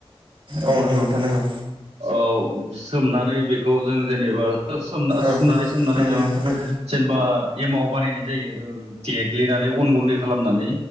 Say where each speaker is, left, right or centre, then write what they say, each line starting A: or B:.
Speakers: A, on the right (about 70°); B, on the right (about 85°).
A: औ नांगौ नोंथानांगौ
B: औ सोमनानै बेखौ जों जेनेबा ओ सोमना
A: औ
B: सुनानै सोमनानै
A: नंगौ
B: जों
A: नोंथां नंगौ
B: जेनेबा एमाव बानायनाय जायो ओ देग्लिनानै अन गुन्दै खालामनानै।